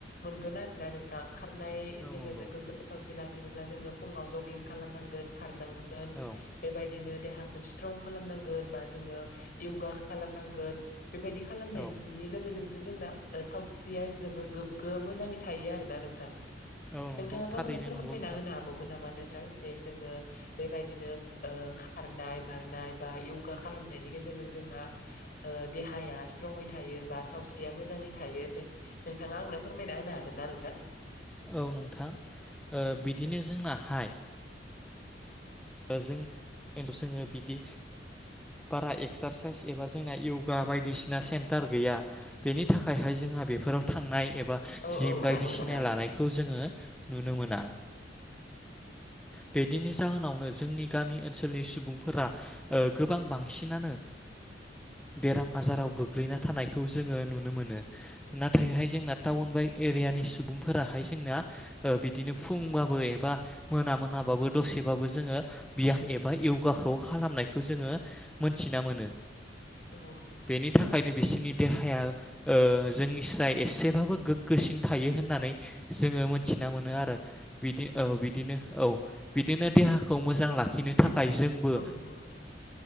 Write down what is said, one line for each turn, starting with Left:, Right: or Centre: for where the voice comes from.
Left: मोनगोन आरोना नोंथां खारनाय
Centre: औ
Left: जोङो
Centre: नंगौ
Left: गोग्ग सावस्रि लाखिनोब्ला जोङो फुङाव जगिं खालामनांगोन खारनांगोन। बेबायदिनो
Centre: औ
Left: देहाखौ स्ट्रं खालामनांगोन बा जोङो यगा खालामनांगोन बेबायदि खालामनायनि
Centre: औ
Left: लोगोजों जोंना सावस्रिया जोबबोर गोग्गो मोजाङै थायो आरो ना नोंथां
Centre: औ नंगौ
Left: नोंथाङाबो
Centre: थारैनो
Left: आंनो फोरमायना
Centre: नंगौ नोंथां
Left: होनो हाबावगोन नामा नों थां जे जोङो बेबायदिनो खारनाय बारनाय बा यगा खालामनायनि गेजेरजों जोंना देहाया स्ट्रङै थायो बा सावस्रिया मोजाङै थायो नोंथाङा आंनो फोरमायना होनो हागोन ना नों थां
Centre: औ नोंथां बिदिनो जोंनाहाय जों जोङो जोङो बिदि बारा एक्सारसाइस एबा जोंना यगा बायदिसिना सेन्टार गैया बेनि थाखायहाय जोंहा बेफोराव थांनाय एबा बा
Left: औ
Centre: जिम
Left: औ
Centre: बायदिसिना
Left: नंगौ नोंथां।
Centre: लानायखौ जोङो नुनो मोना। बिदिनो जाहोनाव जोंनि गामि ओनसोलनि सुबुंफोरा गोबां बांसिनानो बेराम आजाराव गोग्लैना थानायखौ जोङो नुनो मोनो नाथायहाय जोंना टाउन बाय एरियानि सुबुंफोराहाय जोंना बिदिनो फुंबाबो एबा मोना मोनाब दसेबो जोङो ब्याम एबा योगाखौ खालामनायखौ जोङो मोनथिना मोनो।
Left: औ औ नंगौ
Centre: बेनि
Left: नोंथां
Centre: थाखायनो बिसिनि देहाया जोंनि स्राय एसेबाबो गोग्गोसिन थायो होननानै जोङो मोनथि मोन आरो बि औ बिदिनो औ बिदिनो देहाखौ मोजां लाखिनो थाखायनो थाखाय जोंबो
Left: औ नंगौ नोंथां